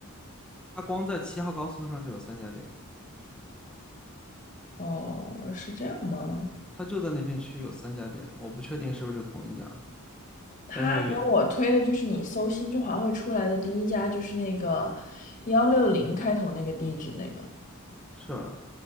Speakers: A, in the centre; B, on the left (about 35°).
A: 他光在七号高速上就有三家店，
B: 哦，是这样吗？
A: 他就在那片区有三家店，我不确定是不是同一家。
B: 他给我推的就是你搜新中华会出来的第一家，
A: 但是也
B: 就是那个幺六零开头那个地址那个。
A: 是吧？